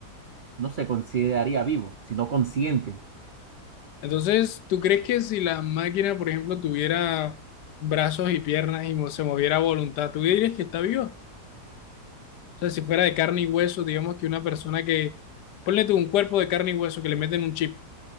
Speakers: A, on the right; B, on the left.
A: no se consideraría vivo, sino consciente.
B: Entonces, ¿tú crees que si la máquina, por ejemplo, tuviera brazos y piernas y mo- se moviera a voluntad, tú dirías que está viva? O sea, si fuera de carne y hueso, digamos que una persona que, ponle tú un cuerpo de carne y hueso que le meten un chip